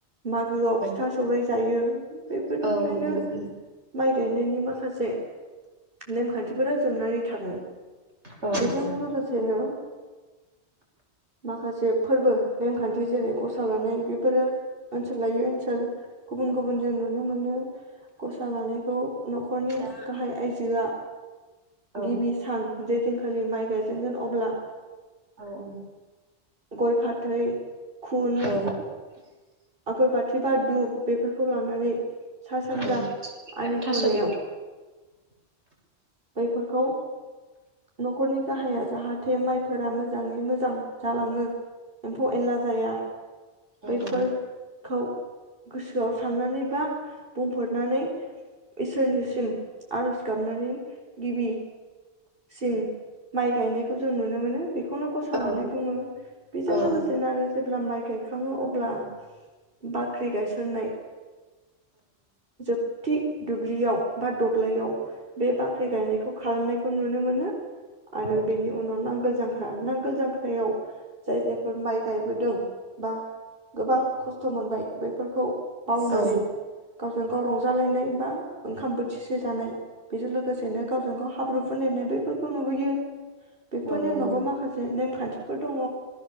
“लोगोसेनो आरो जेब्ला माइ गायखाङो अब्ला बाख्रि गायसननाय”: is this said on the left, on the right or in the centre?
Right